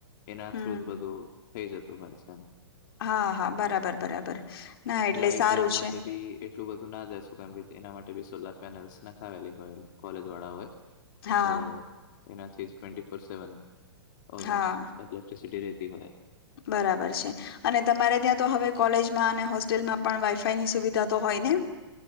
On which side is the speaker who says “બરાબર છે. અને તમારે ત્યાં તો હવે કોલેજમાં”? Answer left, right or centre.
Left